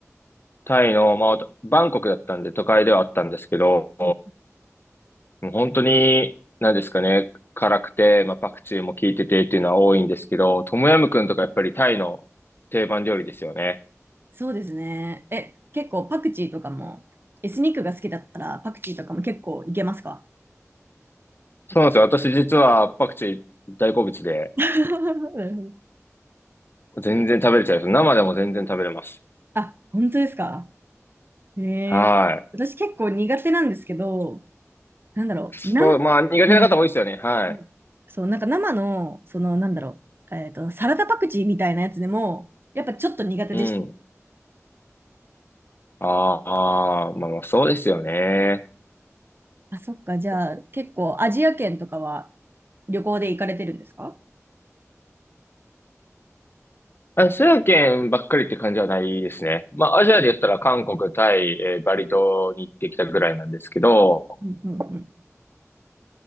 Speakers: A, on the left (about 45°); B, on the right (about 45°).
A: タイの、まあ、バンコクだったんで都会ではあったんですけど、
B: うん
A: もう本当に、何ですかね、辛くて、まあ、パクチーも効いててっていうのは多いんですけど、トムヤムクンとかやっぱりタイの定番料理ですよね。
B: そうですね。え、結構パクチーとかも、エスニックが好きだったらパクチーとかも結構いけますか
A: そうなんですよ。私実はパクチー大好物で、
B: <laughs> なるほど
A: 全然食べれちゃいます。生でも全然食べれます。
B: <laughs> あ、本当ですかえー、
A: はい。
B: 私結構苦手なんですけど、なんだろう、
A: そう、
B: なん、う
A: まあ苦手な方多いですよね。
B: ん
A: はい。
B: うんそう、なんか生の、その、なんだろう、えっと、サラダパクチーみたいなやつでも、やっぱちょっと苦手でした。
A: うん。ああ、まあまあそうですよね。
B: あ、そっか、じゃあ、結構アジア圏とかは旅行で行かれてるんですか
A: アジア圏ばっかりって感じはないですね。まあアジアで言ったら韓国、タイ、えーバリ島に行ってきたぐらいなんですけど、
B: うんうん